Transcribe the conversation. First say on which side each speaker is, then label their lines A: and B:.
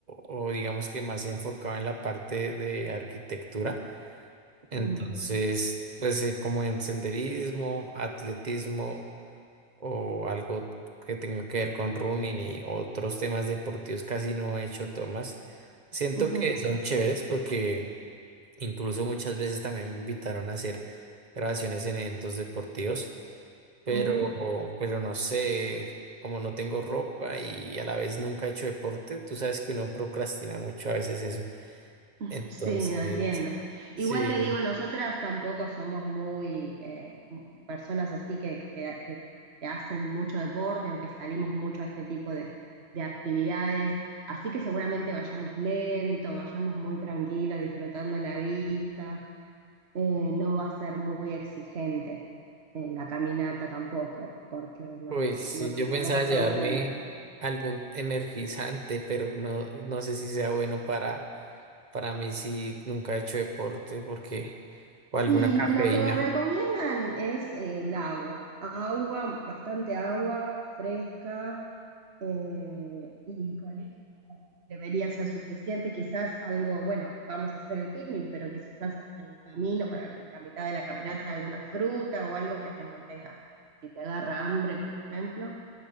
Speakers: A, on the right; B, on the right.
A: o digamos que más enfocado en la parte de arquitectura, entonces,
B: mm,
A: pues eh, como en senderismo, atletismo o algo que tenga que ver con running y otros temas deportivos, casi no he hecho tomas. Siento
B: ujú,
A: que son chéveres porque Incluso muchas veces también me invitaron a hacer grabaciones en eventos deportivos, pero,
B: ujú.
A: pero no sé, como no tengo ropa y a la vez nunca he hecho deporte, tú sabes que uno procrastina mucho a veces eso.
B: <laughs>
A: Entonces,
B: Sí, no entiendo.
A: sí,
B: Igual te digo, nosotras tampoco somos muy eh, m- personas así que, que, que- que hacen mucho deporte o que salimos mucho a este tipo de, de actividades. Así que seguramente vayamos lento, vayamos muy tranquilos, disfrutando la vista. Eh, no va a ser muy exigente eh, la caminata tampoco, porque no,
A: pues
B: no,
A: sí,
B: no, tampoco
A: yo pensaba
B: estamos
A: llevarme
B: en la-
A: algún energizante, pero no, no sé si sea bueno para, para mí si nunca he hecho deporte, porque, o alguna
B: Y
A: cafeína,
B: lo que recomiendan es eh, el agua, agua, bastante agua fresca, eh, y con eso debería ser suficiente. Quizás algo, bueno, vamos a hacer el picnic, pero quizás para el camino, para la mitad de la caminata, alguna fruta o algo que te mantenga, si te agarra hambre, por ejemplo,